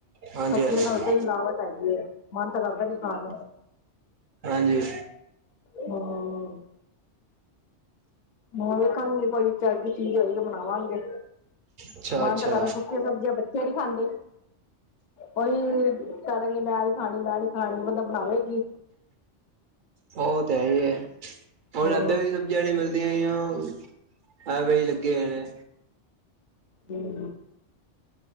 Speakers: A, on the right (about 55°); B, on the left (about 50°).
A: ਹਾਂਜੀ,
B: ਸਬਜ਼ੀਆਂ
A: ਹਾਂਜੀ,
B: ਚ ਤੇ ਓਦਾਂ ਹੀ ਮਿਲਾਵਟ ਹੈਗੀ ਏ, ਮਨ ਤਾਂ ਕਰਦਾ ਨੀ ਖਾਣ ਨੂੰ।
A: ਹਾਂਜੀ।
B: ਹੂੰ, ਹੋਰ ਵੇਖਣਗੀ ਕੋਈ ਚਜ ਦੀ ਚੀਜ਼ ਹੋਏਗੀ, ਬਣਾਵਾਂਗੇ।
A: ਅੱਛਾ-ਅੱਛਾ
B: ਮਨ ਤਾਂ ਕਰਦਾ ਏ, ਸੁੱਕੀਆਂ ਸਬਜ਼ੀਆਂ ਬੱਚੇ ਨੀ ਖਾਂਦੇ। ਔਹੀ ਕਰਨਗੇ ਮੈਂ ਨੀ ਖਾਣੀ, ਮੈਂ ਨੀ ਖਾਣੀ, ਬੰਦਾ ਬਣਾਵੇ ਕੀ?
A: ਉਹ ਤੇ ਹੈ ਹੀ ਹੈ। ਹੁਣ
B: ਹੂੰ
A: ਐਧੇ ਵੀ ਜੇਹੜੀ ਮਿਲ਼ਦੀਆਂ ਏ, ਐਵੇਂ ਹੀ ਲੱਗੇ ਹੋਏ ਨੇ।
B: ਹੂੰ,